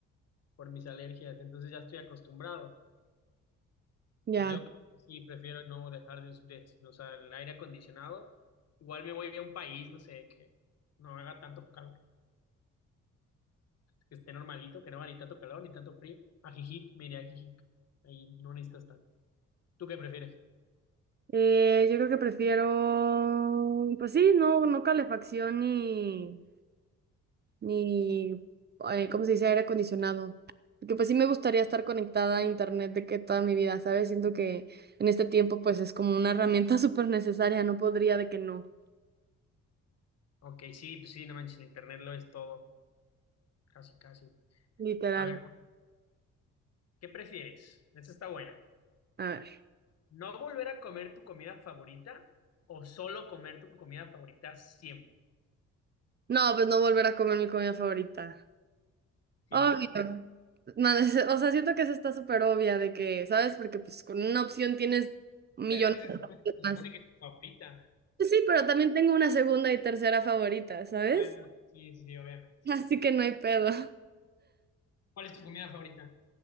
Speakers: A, on the left (about 55°); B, on the right (about 35°).
A: por mis alergias, entonces ya estoy acostumbrado.
B: Ya.
A: Pues yo creo que sí prefiero no dejar de, us- de usar el aire acondicionado. Igual me voy a un país, no sé, que no haga tanto calor, que esté normalito, que no haga ni tanto calor ni tanto frío. A Jijic, me iré a Jijic. Ahí no necesitas tanto. ¿Tú qué prefieres?
B: Eh, yo creo que prefiero, pues sí, no, no calefacción ni, ni, eh, ¿cómo se dice? Aire acondicionado. Porque pues sí me gustaría estar conectada a internet de que toda mi vida, ¿sabes? Siento que en este tiempo pues es como una herramienta <laughs> súper necesaria, no podría de que no,
A: Ok, sí, pues sí, no manches, el internet lo es todo, casi, casi.
B: literal.
A: A ver, ¿qué prefieres? Esa está buena.
B: A ver.
A: ¿No volver a comer tu comida favorita o solo comer tu comida favorita siempre?
B: No, pues no volver a comer mi comida favorita.
A: Sí,
B: Obvio.
A: ¿no?
B: No, <laughs> es- o sea, siento que eso está súper obvia de que, ¿sabes? Porque pues con una opción tienes millones
A: Pero es que se
B: de
A: supone,
B: opciones
A: se
B: más.
A: supone que es tu favorita.
B: Pues Sí, pero también tengo una segunda y tercera favorita, ¿sabes?
A: Bueno, sí, sí, obviamente.
B: <laughs> Así que no hay pedo.
A: ¿Cuál es tu comida favorita?